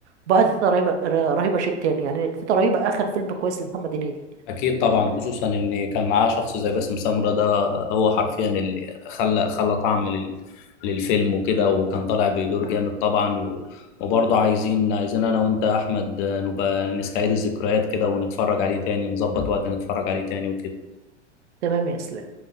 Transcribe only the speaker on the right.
بعد تيتا رهيبه رهيبه شيء تاني يعني تيتا رهيبه اخر فيلم كويس لمحمد هنيدي
تمام يا اسلام